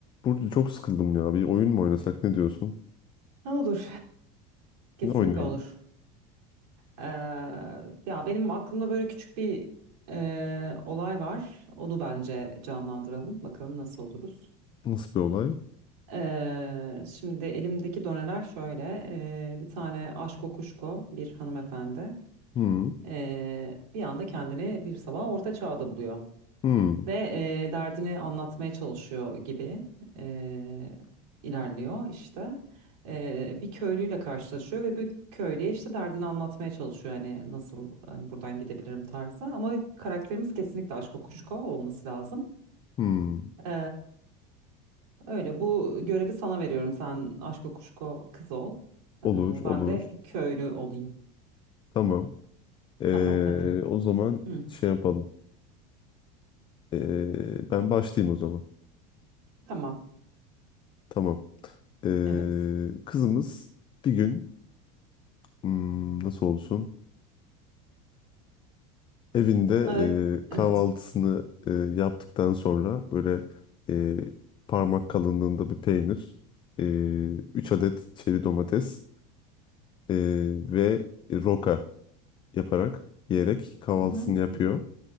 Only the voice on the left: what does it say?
Burada çok sıkıldım ya. Bir oyun mu oynasak ne diyorsun?
Ne oynayalım?
Nasıl bir olay?
Hmm,
hmm,
hmm.
Olur,
olur.
Tamam. Ee,
o zaman
şey yapalım. Ee, ben başlayayım o zaman.
Tamam. Ee,
kızımız bir gün hmm, nasıl olsun? Evinde
e, kahvaltısını
e, yaptıktan sonra böyle e, parmak kalınlığında bir peynir, e, 3 adet çeri domates Ee, ve roka yaparak yiyerek kahvaltısını
yapıyor.